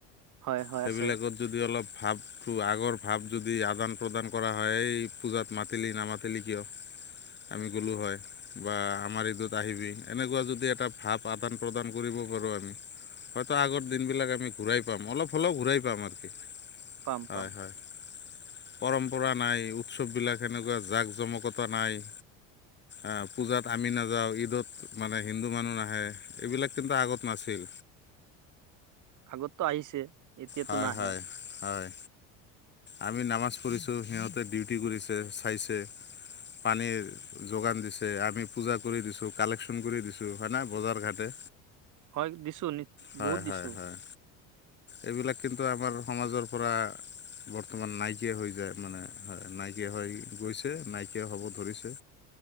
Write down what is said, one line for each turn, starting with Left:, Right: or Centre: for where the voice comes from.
Right: হয় হয়
Left: সেইবিলাকত
Right: আছে
Left: যদি অলপ ভাৱ ত, আগৰ ভাৱ যদি আদান প্ৰদান কৰা হয়ই, পূজাত মাতিলি-নামাতিলি কিয়? আমি গ'লোঁ হয়। বা আমাৰ ঈদত আহিবি, এনেকুৱা যদি এটা ভাৱ আদান -প্ৰদান কৰিব পাৰোঁ আমি হয়টো, আগৰ দিনবিলাক আমি ঘূৰাই পাম, অলপ সকলো ঘূৰাই পাম আমি,
Right: পাম
Left: হয়,
Right: পাম
Left: হয়। পৰম্পৰা নাই, উৎসৱবিলাক সেনেকুৱা জাক-জমকতা নাই। অ, পূজাত আমি নাযাওঁ, ঈদত মানে হিন্দু মানুহ নাহে, এইবিলাক কিন্তু আগত নাছিল।
Right: আগতো আহিছে? এতিয়াতো
Left: হয়,
Right: নাহে
Left: হয়, হয়। আমি নামাজ পঢ়িছোঁ। সিহঁতে ডিউটি কৰিছে, চাইছে পানীৰ যোগান দিছে, আমি পূজা কৰি দিছোঁ, কালেকশ্যন কৰি দিছোঁ। হয় না? বজাৰ ঘাটে।
Right: হয় দিছো নি
Left: হয়,
Right: বহুত দিছো
Left: হয়, হয়। এইবিলাক, কিন্তু আমাৰ সমাজৰ পৰা বৰ্তমান নাইকিয়া হৈ যায় মানে। হয়, নাইকিয়া হৈ গৈছে, নাইকিয়া হ'ব ধৰিছে।